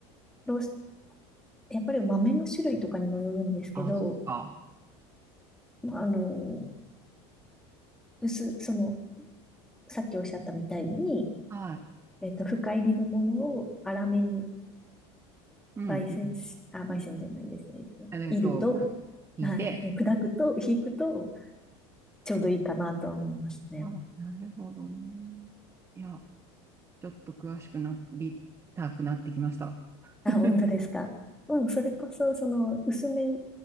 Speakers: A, in the centre; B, on the right (about 20°).
A: ロースやっぱり豆の種類とかにもよるんですけど、
B: あ、そっか。
A: まあ、あの、薄、その、さっきおっしゃったみたいに、
B: はい。
A: えっと、深入りのものを粗めに
B: うん、
A: 焙煎し、
B: うん、
A: あ、焙煎じゃないですね。
B: うん。
A: えっと煎ると、
B: ありがとう。く聞いて。
A: はい、砕くと、引くと、ちょうどいいかなとは思いますね。
B: あ、なるほどね。いや、ちょっと詳しくなりたくなってきました。<laughs>
A: あ、本当ですか。うん、それこそ、その、薄め